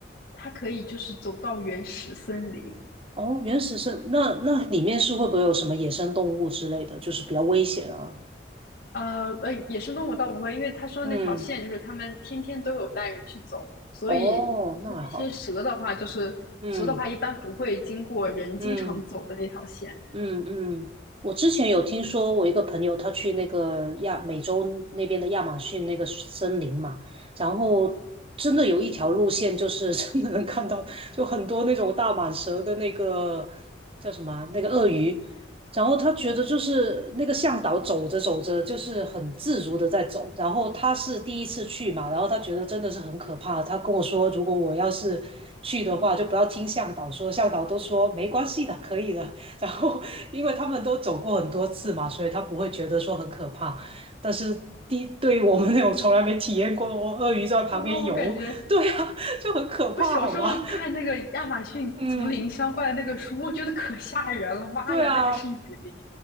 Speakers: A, on the left; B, on the right.
A: 它可以就是走到原始森林，
B: 哦，原始森，那那里面是会不会有什么野生动物之类的，就是比较危险啊？
A: 呃呃，野生动物倒不会，因为他说那条线就是他们天天都有带人去走，
B: 嗯，
A: 所以就是那些蛇的话，
B: 哦，那还好。
A: 就是蛇的话一般不会经过人经常走的那条线。
B: 嗯嗯。嗯嗯，我之前有听说，我一个朋友他去那个亚美洲那边的亚马逊那个森林嘛，然后真的有一条路线，就是真的能看到，就很多那种大蟒蛇跟那个叫什么啊那个鳄鱼，然后他觉得就是那个向导走着走着就是很自如的在走，然后他是第一次去嘛，然后他觉得真的是很可怕，他跟我说，如果我要是去的话，就不要听向导说，向导都说没关系的，可以的。然后因为他们都走过很多次嘛，所以他不会觉得说很可怕。但是第对于我们那种从来没体验过鳄鱼在旁边游，
A: 哇，我感觉
B: 对啊，就很可怕，
A: 我小时候看那个亚马逊丛林相关的那个书，
B: 好吗？<laughs> 嗯，
A: 我觉得可吓人了，妈呀，
B: 对啊，
A: 那可是雨林。